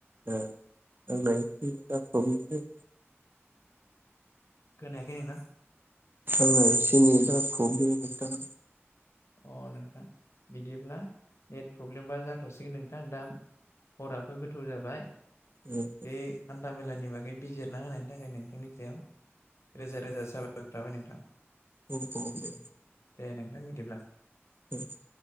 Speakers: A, on the right; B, on the left.
A: ओ आंना <unintelligible>
B: खोनायाखै नोंथां।
A: आंना एसे नेट आ प्रब्लेम नोंथां।
B: अ नोंथां बिदिब्ला नेट प्रब्लेमबा जाथ'सिगोन नोंथां दा हराबो गोथौ जाबाय
A: ओ
B: बे हानथा मेलानि बागै बिजिरना होनायनि थाखाय नोंथांनि सायाव रोजा रोजा साबायखर थाबाय नोंथां।
A: औ औ दे।
B: दे नोंथां बिदिब्ला।
A: औ